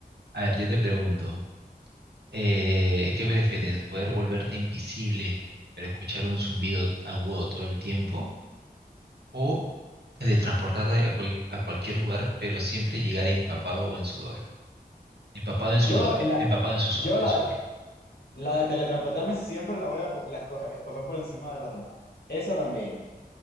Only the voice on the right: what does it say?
A ver, yo te pregunto, eh, ¿qué prefieres? ¿Poder volverte invisible, pero escuchar un zumbido agudo todo el tiempo? ¿O teletransportarte a, cual- a cualquier lugar, pero siempre llegar empapado o en sudor? Empapado en
sudor,
empapado en, suso-
en
sudor.